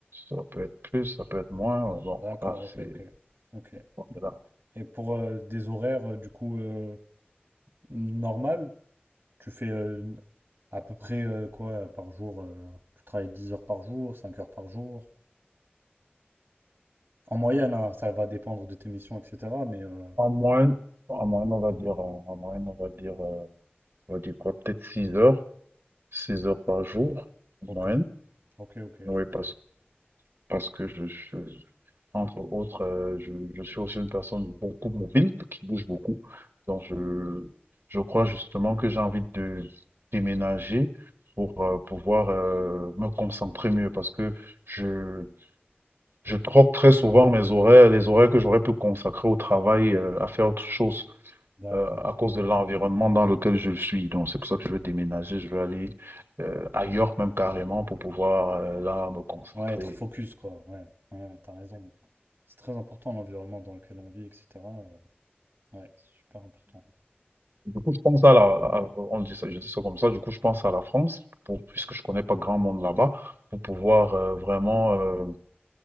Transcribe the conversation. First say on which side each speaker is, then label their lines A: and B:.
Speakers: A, on the right; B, on the right.
A: ça peut être plus, ça peut être moins. euh, Bon,
B: D'accord,
A: voilà, c'est,
B: ok, ok. Ok.
A: on est là.
B: Et pour euh, des horaires, euh, du coup, euh, normal, tu fais euh, à peu près euh, quoi par jour euh, Tu travailles 10 heures par jour, 5 heures par jour. En moyenne, hein, ça va dépendre de tes missions, etc. Mais euh,
A: En moyenne, en moyenne, on va dire, euh, en moyenne, on va dire, euh, on va dire quoi, peut-être 6 heures, 6 heures par jour, en
B: ok,
A: moyenne.
B: ok, ok,
A: Oui,
B: je comprends.
A: parce, parce que je, je, Entre autres, euh, je, je suis aussi une personne beaucoup mobile, qui bouge beaucoup. Donc, je, je crois justement que j'ai envie de déménager pour euh, pouvoir euh, me concentrer mieux parce que je, je troque très souvent mes horaires, les horaires que j'aurais pu consacrer au travail, euh, à faire autre chose
B: D'accord.
A: euh, à cause de l'environnement dans lequel je suis. Donc, c'est pour ça que je veux déménager, je veux aller euh, ailleurs même carrément pour pouvoir euh, là me concentrer.
B: Ouais, être focus, quoi. Ouais, ouais, ouais, t'as raison. C'est très important l'environnement dans lequel on vit, etc. euh, ouais, c'est super important.
A: Du coup, je pense à la, la- on dit ça, je dis ça comme ça, du coup, je pense à la France, pour, puisque je connais pas grand monde là-bas, pour pouvoir euh, vraiment euh,